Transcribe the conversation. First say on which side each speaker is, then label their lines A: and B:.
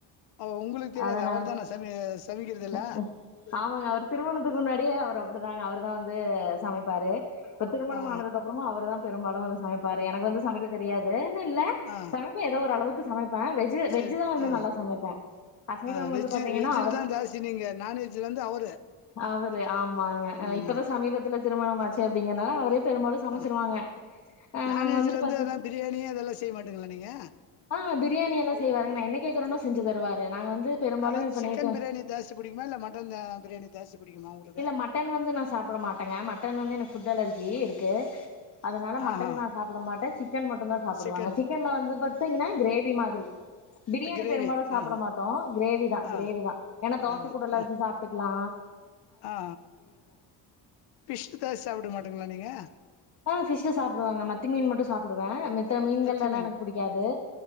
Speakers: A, on the left (about 60°); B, on the left (about 35°).
A: ஓ உங்களுக்கு தெரியாது
B: அதனால
A: அவர் தான சம சமைக்கிறதுல்ல
B: அ ஆமாங்க அவர் திருமணத்துக்கு முன்னாடியே அவரு அப்பிடிதாங்க அவர் தா வந்து சமைப்பாரு இப்ப திருமணமானதுக்கப்
A: ஆ ஆ
B: அவரு தா பெரும்பாலு வந்து சமைப்பாரு எனக்கு வந்து சமைக்க தெரியாது ன் இல்ல
A: ஆ,
B: சமைப்பே எதோ ஒரு அளவுக்கு சமப் தா வெஜ்ஜூ
A: சரி
B: வெஜ் தா வந்து
A: ஆ
B: நல்லா சமைப்பே அசைவம்
A: ஆ வெஜ்ஜு
B: வந்து பாத்தீங்கன்னா
A: வெஜ்ஜில
B: அவரு
A: தான் ஜாஸ்தி நீங்க நான்வெஜ்ல வந்து அவரு
B: அவரு ஆமாங்க
A: ம்
B: இப்பதா
A: ஆமா
B: சமீபத்துல திருமணம் ஆச்சு அப்டிங்கன்னா அவரே பெரு சமச்சிருவாங்க
A: ஆ
B: அ
A: நான்வெஜ்ல
B: நாங்க வந்துட்டு
A: வந்து
B: பாத்த
A: அதா பிரியாணி அதெல்லா செய்ய மாட்டீங்களா நீங்க
B: ஆ பிரியாணி எல்லா செய்வாருங்க நா என்னைக்கு கேக்கறேணோ செஞ்சு தருவாரு நா வந்து பெரும்பாலு
A: அதா
B: இப்ப
A: சிக்கன்
B: நேத்து
A: பிரியாணி ஜாஸ்தி புடிக்குமா இல்ல மட்டன் ஜா பிரியாணி ஜாஸ்தி புடிக்குமா உங்களுக்கு
B: இல்ல வந்து மட்டன் வந்து நா சாப்ட மாட்டேங்க மட்டன் வந்து எனக்கு ஃபுட் அலர்ஜி இரு க்கு அதனால மட்டன்
A: ஆஹா
B: நா சாப்பிட மாட்டே சிக்கன் மட்டு தா சாப்புடுவங்க
A: சிக்கன்
B: சிக்கன்ல வந்து ப த்தீங்கன்னா கிரேவி மாதிரி பிரியாணி
A: கிரேவி
B: பெரும்பாலு சாப்ட
A: ஆஹா
B: மாட்டோ கிரேவி தா
A: ஆ
B: கிரேவிதா ஏன்னா
A: கிரேவி
B: தோச கூடல்லா
A: ஆ
B: வெச்சு சாப்ட்டுக்லா
A: ஆ பிஷ் தா சாப்ட மாட்டீங்களா நீங்க
B: ஆ ஃபிஷ்ஷு சாப்டுவேங்க மத்தி மீன் மட்டு சாப்புடுவே ம த்த மீன்கள்
A: மத்தி
B: எல்லா
A: மீன்
B: எனக்கு புடிக்காது